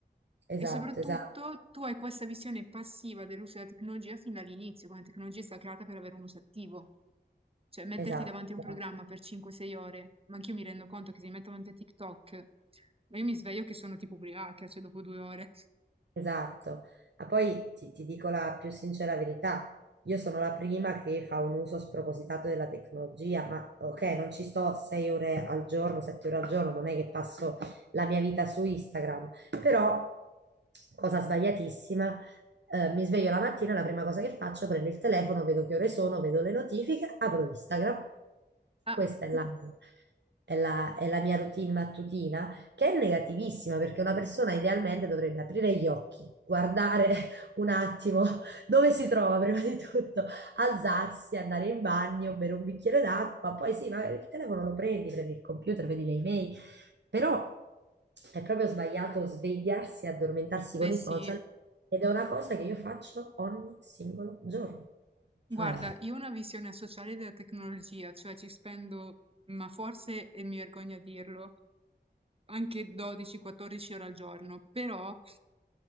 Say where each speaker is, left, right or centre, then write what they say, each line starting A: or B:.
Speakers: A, on the right; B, on the right.
A: esatto,
B: E soprattutto
A: esatto,
B: tu hai questa visione passiva dell'uso della tecnologia fin dall'inizio, quando la tecnologia è stata creata per avere un uso attivo. Cioè, metterti
A: esatto.
B: davanti a un programma per 5-6 ore, ma anch'io mi rendo conto che se mi metto davanti a TikTok, ma io mi sveglio che sono tipo ubriaca, cioè dopo due ore.
A: Esatto, ma poi ti, ti dico la più sincera verità, io sono la prima che fa un uso spropositato della tecnologia, ma ok, non ci sto sei ore al giorno, sette ore al giorno, non è che passo la mia vita su Instagram, però, cosa sbagliatissima, eh, mi sveglio la mattina, la prima cosa che faccio, prendo il telefono, vedo che ore sono, vedo le notifiche, apro Instagram.
B: Ah,
A: Questa
B: <laughs>
A: è la, è la- è la mia routine mattutina che è negativissima perché una persona idealmente dovrebbe aprire gli occhi, guardare <laughs> un attimo dove si trova prima di tutto, alzarsi, andare in bagno, bere un bicchiere d'acqua, poi sì, ma il telefono lo prendi, prendi il computer, vedi le email, però è proprio sbagliato svegliarsi e addormentarsi
B: beh
A: con i social
B: sì.
A: ed è una cosa che io faccio ogni singolo giorno.
B: Guarda,
A: Cioè,
B: io ho una visione sociale della tecnologia, cioè ci spendo, ma forse, e mi vergogno a dirlo, anche 12-14 ore al giorno, però